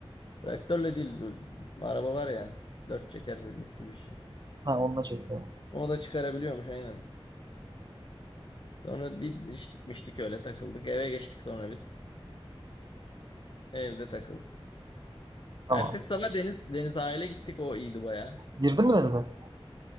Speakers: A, on the left; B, on the right.
A: Traktörle değil. bu Araba var ya. Dört çeker bir Mitsubishi.
B: Ha onunla çekti.
A: O da çıkarabiliyormuş aynen. Sonra bir içtik miştik öyle takıldık. Eve geçtik sonra biz. Evde takıl.
B: Tamam.
A: Ertesi sabah Deniz Deniz sahile gittik o iyiydi baya.
B: Girdin mi denize?